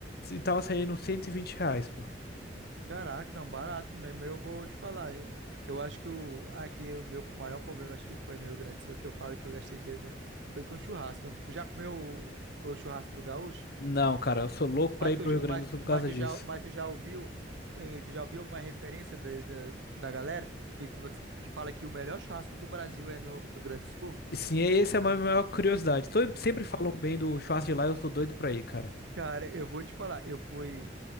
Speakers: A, on the left; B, on the right.
A: e tava saindo 120 reais, pô.
B: Caraca, não, barato mesmo. Eu vou te falar. Eu, eu acho que o, aqui o meu maior problema, acho que foi no Rio Grande do Sul, que eu falo que eu gastei dinheiro mesmo, foi com churrasco. Tu já comeu o, o churrasco do Gaúcho?
A: Não, cara, eu sou louco pra
B: Mas
A: ir
B: tu
A: pro
B: já,
A: Rio Grande
B: mas,
A: do Sul por
B: mas
A: causa
B: tu
A: disso.
B: já, mas tu já ouviu, eh, tu já ouviu alguma referência da, da, da galera que, tu- que fala que o melhor churrasco do Brasil é no Rio Grande do Sul?
A: Sim, é- essa é a minha maior curiosidade. Todo- sempre falam bem do Schwarz de lá, eu tô doido pra ir, cara.
B: Cara, eu vou te falar, eu fui